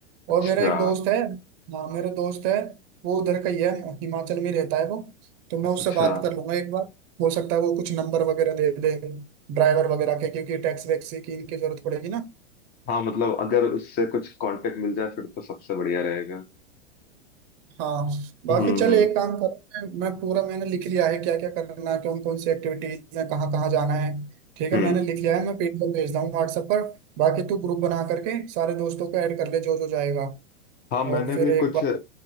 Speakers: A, on the left (about 25°); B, on the right (about 35°).
A: अच्छा
B: और मेरा एक दोस्त है हाँ मेरा दोस्त है वो उधर का ही है हिमाचल में ही रहता है वो तो मैं उससे
A: अच्छा
B: बात कर लूंगा एक बार हो सकता है वो कुछ नंबर वगैरह दे दे ड्राइवर वगैरह के क्योंकि टैक्स वैक्स की इनकी जरूरत पड़ेगी ना
A: हाँ मतलब अगर उससे कुछ कांटेक्ट मिल जाए फिर तो सबसे बढ़िया रहेगा
B: हाँ बाकी
A: हम्म
B: चल
A: हम्म
B: एक काम कर मैं मैं पूरा मैंने लिख लिया है क्या क्या करना है कौन कौन सी एक्टिविटीज में कहाँ कहाँ जाना है ठीक
A: हम्म।
B: है मैंने लिख लिया है मैं पेज पर भेजता हूँ व्हाट्सएप पर बाकी तू ग्रुप बना करके सारे दोस्तों को ऐड कर ले जो जो जाएगा
A: हाँ मैंने
B: और फिर
A: भी
B: एक
A: कुछ
B: बार